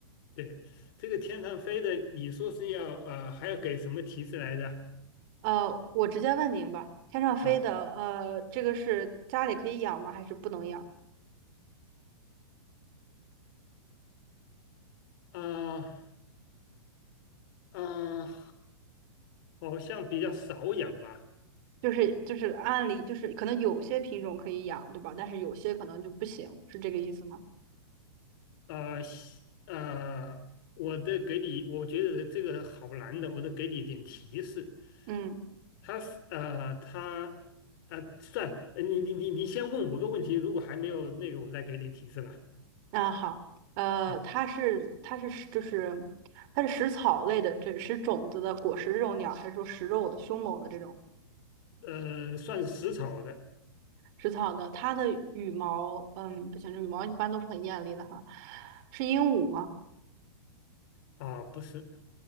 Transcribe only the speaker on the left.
对，这个天上飞的，你说是要呃还要给什么提示来着？
啊
啊啊，好像比较少养吧，
啊西呃，我的给你，我觉得这个好难的，我得给你一点提示。
他是呃，他呃，算呃你你你你先问五个问题，如果还没有那个，我再给你提示吧。
嗯，
呃，算是食草的
啊，不是，